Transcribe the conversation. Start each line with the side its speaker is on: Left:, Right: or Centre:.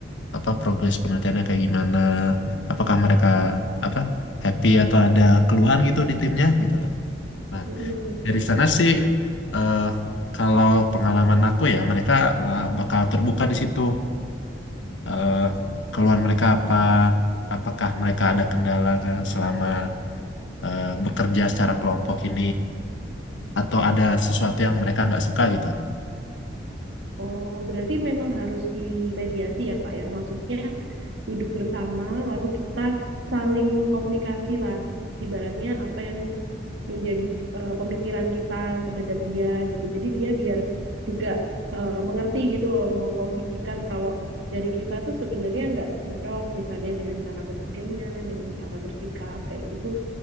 Left: apa progres penelitiannya kayak gimana, apakah mereka apa happy atau ada keluhan gitu di timnya gitu lah. Nah,
Right: hmm.
Left: Dari sana sih, eh, kalau pengalaman aku ya, mereka lah bakal terbuka di situ. Eh, keluhan mereka apa, apakah mereka ada kendala kan selama eh, bekerja secara kelompok ini, atau ada sesuatu yang mereka nggak suka gitu.
Right: Oh, berarti memang harus dimediasi ya, Kak ya. Maksudnya duduk bersama, lalu kita saling komunikasi lah. Ibaratnya apa yang menjadi eh, pemikiran kita terhadap dia gitu. Jadi dia biar juga eh, mengerti gitu loh memposisikan kalau dari kita tuh sebenarnya nggak cocok misalnya dengan cara berpikirnya, dengan cara bersikap kayak gitu.